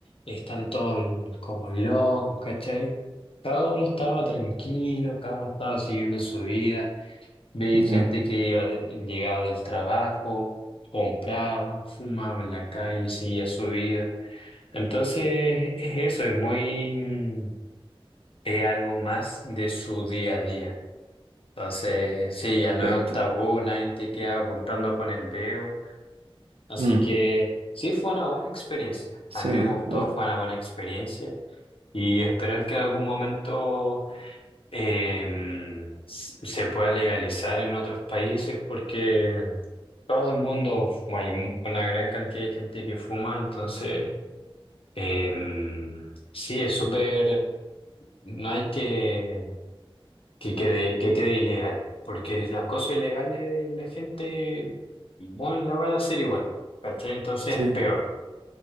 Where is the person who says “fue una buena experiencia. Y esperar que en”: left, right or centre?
Left